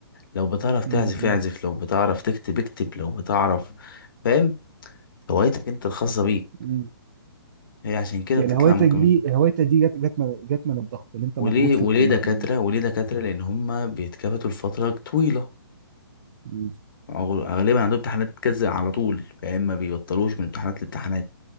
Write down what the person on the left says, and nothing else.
لو بتعرف تعزف
اعزف
لو بتعرف تكتب اكتب لو بتعرف فاهم هوايتك انت الخاصة بيك
هي عشان كده
بتطلع
ممكن
منها.
وليه
وليه
دكاترة
وليه دكاترة لأن هم بيتكبتوا لفترة طويلة
أغ- غالبا عندهم امتحانات كذا على طول فاهم ما بيبطلوش من امتحانات لامتحانات